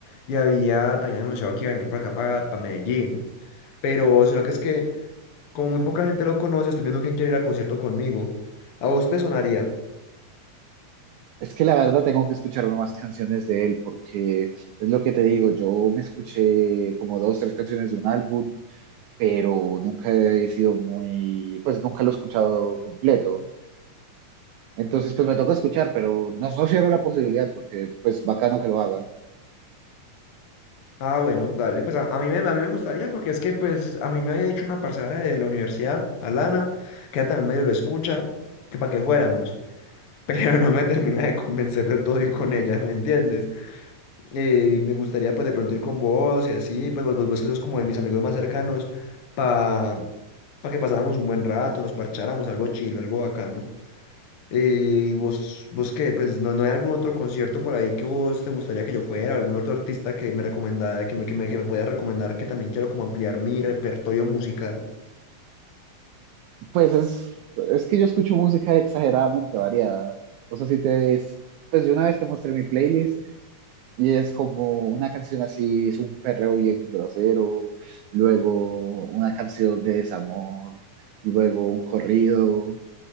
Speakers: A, on the left; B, on the right.
A: y había también anunciado que iba a venir por acá para, para Medellín. Pero, sino que es que, como muy poca gente lo conoce, estoy viendo quién quiere ir al concierto conmigo. ¿A vos te sonaría?
B: Es que la verdad tengo que escucharme más canciones de él porque es lo que te digo, yo me escuché como dos, tres canciones de un álbum, pero nunca he sido muy, pues nunca lo he escuchado completo. Entonces pues me toca escuchar, pero no, no cierro la posibilidad porque pues bacano que lo haga.
A: Ah, bueno, dale, pues a, a mí me, a mí me gustaría porque es que pues a mí me había dicho una parcera de la universidad, Alana, que ella también medio lo escucha, que para que fuéramos, <laughs> pero no me termina de convencer del todo ir con ella, ¿me entiendes? Eh, y me gustaría pues de pronto ir con vos y así, pues vos, vos, vos que sos como de mis amigos más cercanos, para que pasáramos un buen rato, nos parcháramos algo chill, algo bacano. Eh, ¿y vos, vos qué? Pues no, no hay algún otro concierto por ahí que vos te gustaría que yo fuera, algún otro artista que me recomendara, que me, que me, que me pueda recomendar, que también quiero como ampliar mi repertorio musical.
B: Pues es, es que yo escucho música exageradamente variada. O sea, si te, pues yo una vez te mostré mi playlist Y es como una canción así, es un perreo bien grosero, luego una canción de desamor, luego un corrido,